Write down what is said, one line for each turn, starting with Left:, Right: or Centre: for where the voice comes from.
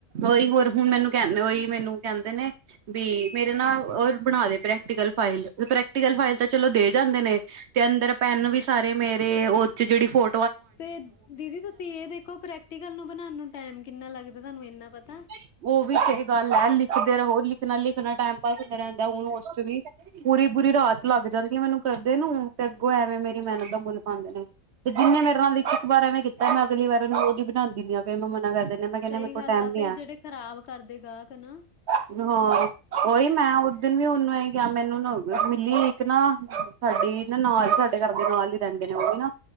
Right: ਉਹੀ ਹੋਰ ਹੁਣ ਮੈਨੂੰ ਕਹਿੰ ਉਹੀ ਮੈਨੂੰ ਕਹਿੰਦੇ ਨੇ ਬੀ ਮੇਰੇ ਨਾਲ ਉਹ ਬਣਾ ਦੇ ਪ੍ਰੈਕਟੀਕਲ ਫਾਈਲ ਪ੍ਰੈਕਟੀਕਲ ਫਾਈਲ ਤਾਂ ਚਲੋ ਦੇ ਜਾਂਦੇ ਨੇ ਤੇ ਅੰਦਰ ਪੈਨ
Left: ਹੂੰ
Right: ਵੀ ਸਾਰੇ ਮੇਰੇ ਉਹ ਚ ਜਿਹੜੀ ਫੋੋ
Left: ਤੇ ਦੀਦੀ ਤੁਸੀਂ ਇਹ ਦੇਖੋ ਪ੍ਰੈਕਟੀਕਲ ਨੂੰ ਬਣਾਉਣ ਨੂੰ ਟੈਮ ਕਿੰਨਾ ਲੱਗਦਾ ਤੁਹਾਨੂੰ ਇੰਨਾ ਪਤਾ
Right: <unintelligible> ਉਹ ਵੀ ਸਹੀ ਗੱਲ ਹੈ ਲਿਖਦੇ ਰਹੋ ਲਿਖਣਾ ਲਿਖਣਾ ਟਾਈਮ ਪਾਸ ਹੁੰਦਾ ਰਹਿੰਦਾ ਹੁਣ ਉਸ ਚ ਵੀ ਪੂਰੀ ਪੂਰੀ ਰਾਤ ਲੱਗ ਜਾਂਦੀ ਆ ਮੈਨੂੰ ਕਰਦੇ ਨੂੰ ਤੇ ਅੱਗੋਂ ਐਵੇਂ ਮੇਰੀ ਮਿਹਨਤ ਦਾ ਮੁੱਲ ਪਾਂਦੇ ਨੇ ਤੇ ਜਿੰਨੇ ਮੇਰੇ ਨਾਲ ਲਿਖ ਇੱਕ ਵਾਰ ਐਵੇਂ ਕੀਤਾ ਮੈਂ ਅਗਲੀ ਵਾਰਨ ਉਹਦੀ ਬਣਾਂਦੀ ਨੀ ਹਾਂ ਫਿਰ ਮਨਾ ਕਰ ਮੈਂ ਕੇਨੀ
Left: ਸਹੀ
Right: ਮੇਰੇ ਕੋਲ
Left: ਗੱਲ
Right: ਟੈਮ
Left: ਆ ਫੇਰ
Right: ਨੀ ਹੈ
Left: ਜਿਹੜੇ ਖ਼ਰਾਬ ਕਰਦੇ ਗਾਹਕ ਨਾ
Right: ਹਾਂ ਉਹੀ ਮੈਂ ਉ ਦਿਨ ਵੀ ਉਹਨੂੰ ਇਹੀ ਕਿਹਾ ਮੈਨੂੰ ਨਾ ਮਿਲੀ ਇੱਕ ਨਾ ਸਾਡੀ ਨਾ ਨਾਲ ਸਾਡੇ ਘਰ ਦੇ ਨਾਲ ਹੀ ਰਹਿੰਦੇ ਨੇ ਉਹ ਵੀ ਨਾ